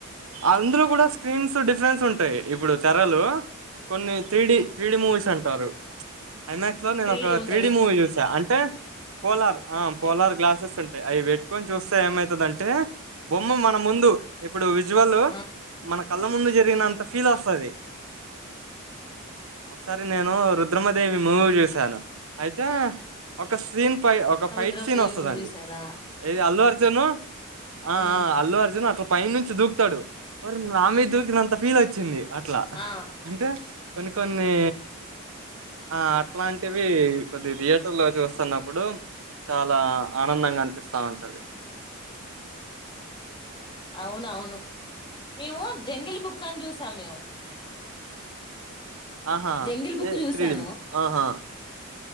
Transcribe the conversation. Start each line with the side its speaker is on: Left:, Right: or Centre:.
Right: అందులో కూడా స్క్రీన్స్ డిఫరెన్స్ ఉంటయ్, ఇప్పుడు తెరలు కొన్ని త్రీడి, త్రీడి మూవీస్ అంటారు‌. ఐమాక్స్ లో నేనొక
Left: డే ఉంటది
Right: త్రీ డీ మూవీ స్ తా అంటే పోలార్ ఆ పొలార్ గ్లాసెస్ ఉం అవి పెట్టుక్కొని చూస్సే ఏమయితది అంటే బొమ్మ మన ముందు ఇప్పుడు విజువల్
Left: ఆ
Right: మన కళ్ళ ముందు జ రినంత ఫీల్ వస్సది. ఒకసారి నేను రుద్రమదేవి మూవీ చూసాను, అయితే ఒక సీన్ పై ఒక
Left: ఆ
Right: fight
Left: Rudram
Right: scene
Left: Devi
Right: వస్సదండి,
Left: movie చూసారా
Right: ఎది అల్ల్ జను ఆ
Left: ఉమ్
Right: ఆ అల్లు అర్జున్ అట్లా పై నుం దూకుతాడు, వర్ర్ నా మీద్ దూకినంత ఫీల్ వచ్చింది. అట్లా,
Left: ఆ
Right: అంటే కొన్ని కొన్నీ ఆ అట్లాన్ వి కొద్ది ది బ్ లో చూస్తున్నప్పుడు చాలా ఆనందంగా అనిపిస్సా ఉంటది.
Left: అవునవును, మేము జంగిల్ బుక్ అని చూసాం మేము
Right: ఆహా
Left: జంగిల్ బుక్
Right: ఏ
Left: చూసాను
Right: త్రీడిమి, ఆహా